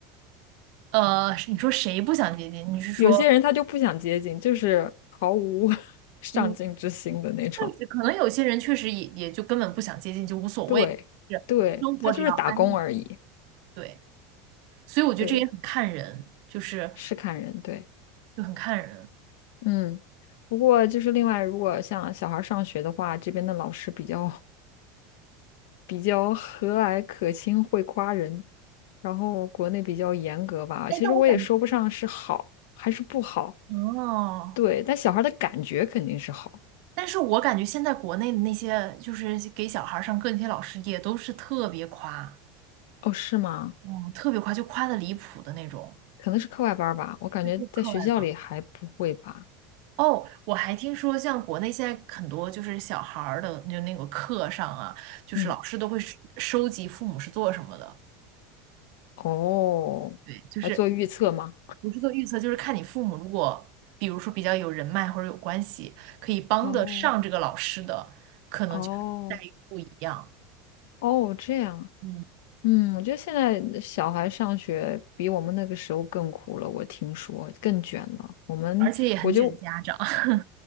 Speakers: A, on the right; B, on the left.
A: 呃，你说谁不想接近？你是说？
B: 有些人他就不想接近，就是毫无 <laughs> 上进之心的那种。
A: 嗯。确实，可能有些人确实也也就根本不想接近，就无所谓，
B: 对，
A: 是生活只要安逸
B: 对，他就是打工而已。
A: 对。所以我觉得这也很看人，
B: 对，
A: 就是
B: 是看人，对。
A: 就很看人。
B: 嗯，不过就是另外，如果像小孩儿上学的话，这边的老师比较 <laughs> 比较和蔼可亲，会夸人，然后国内比较严格吧。
A: 哎，
B: 其实我也说不上是好还是不好，
A: 但我感哦，
B: 对，但小孩儿的感觉肯定是好。
A: 但是我感觉现在国内的那些就是给小孩儿上课那些老师也都是特别夸，
B: 哦，是吗？
A: 哦，特别夸，就夸的离谱的那种。
B: 可能是课外班儿吧，我感觉在学校里还不会吧。
A: 对，就课外吧。哦，我还听说，像国内现在很多就是小孩儿的，就那个课上啊，就是老师都会收收集父母是做什么的，
B: 嗯，哦，
A: 对，就是。
B: 来做预测吗？
A: 不是做预测，就是看你父母如果，比如说比较有人脉或者有关系，可以帮得上这个老师的，
B: 哦
A: 可能就是待遇不一样。
B: 哦哦，这样啊
A: 嗯，
B: 嗯，我觉得现在呃小孩上学比我们那个时候更苦了，我听说更卷了。我们我就
A: 而且也很卷家长。<laughs>